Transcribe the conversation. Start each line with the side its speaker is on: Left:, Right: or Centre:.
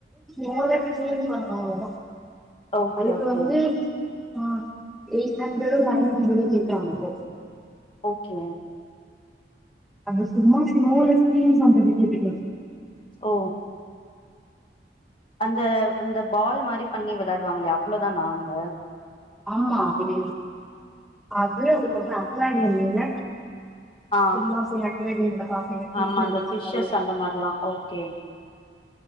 Centre: எல்லாமே பிடிங்குவாங்க அவ்ளேதான்
Left: ஓகே
Centre: அதுக்கு
Left: ஓகே
Centre: வந்து ஆஹ் எயிட் ஹண்ட்ரடு நைன் ஹண்ட்ரடு கேக்குறாங்க இப்ப
Left: ஓகே
Centre: அங்க சும்மா ஸ்லோல ஸ்கீம்ஸ் சாங் கேட்டுக்குரது
Left: ஓ அந்த அந்த பால் மாதிரி பண்ணி வெளையாடுவாங்களே அவ்வளவுதான் நாங்க
Centre: ஆமா அப்படி அது அதுக்கப் கரியர்யெல்லா
Left: ஆ
Centre: சும்மா போய் வேண்டியாதன்
Left: ஆமா அந்த
Centre: எல்லாம்
Left: ஃபிஷ்ஷஸ்
Centre: போலம்
Left: அந்த மாரிலா ஓகே